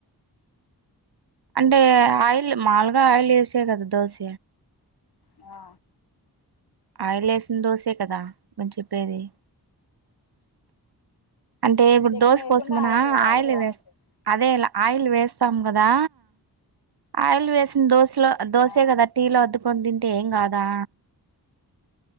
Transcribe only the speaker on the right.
అంటే ఆయిల్ మాల్ గా ఆయిల్ ఏసే కదా దోశ
ఆయిల్ ఏసిన దోసె కదా, నువ్వు చెప్పేది? అంటే ఇప్పుడు
దోశ
పోసి మనం
ఆయిల్
వేస్ అదేలా ఆయిల్ వేస్తాం కదా, ఆయిల్ వేసిన దోశ ట్లో దోసే
కదా టీలో అద్దుకొని తింటే ఏం కాదా?